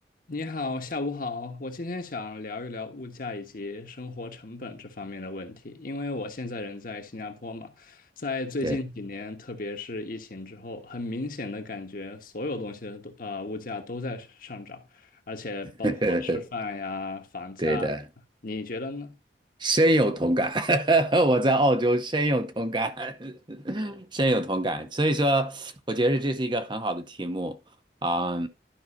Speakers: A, on the left; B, on the right.
A: 你好，下午好。我今天想聊一聊物价以及生活成本这方面的问题，因为我现在人在新加坡嘛，在最近几年，
B: 对，
A: 特别是疫情之后，很明显的感觉所有东西的都呃物价都在上涨，而且包括吃饭呀、
B: <laughs>
A: 房价呀，
B: 对的，
A: 你觉得呢？
B: 深有同感。<laughs> 我在澳洲深有同感，<laughs> 深有同感。所以说，我觉得这是一个很好的题目啊。